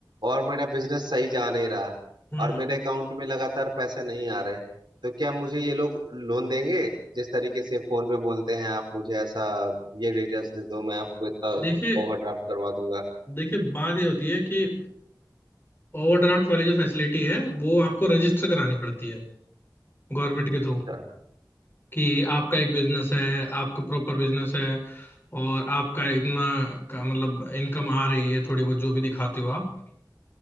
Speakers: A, on the right; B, on the left.
A: और मेरा बिजनेस सही जा नहीं रहा
B: हम्म
A: और मेरे अकाउंट में लगातार पैसे नहीं आ रहे तो क्या मुझे ये लोग लोन देंगे जिस तरीके से फोन पे बोलते हैं आप मुझे ऐसा ये डिटेल्स दे दो मैं आपको इतना
B: देखिए
A: ओवरड्राफ्ट करवा दूंगा
B: देखिए बात ये होती है कि ओवरड्राफ्ट वाली जो फैसिलिटी है वो आपको रजिस्टर करानी पड़ती है गवर्नमेंट के
A: अच्छा
B: थ्रू कि आपका एक बिजनेस है आपका प्रॉपर बिजनेस है और आपका इतना का मतलब इनकम आ रही है थोड़ी बहुत जो भी दिखाते हो आप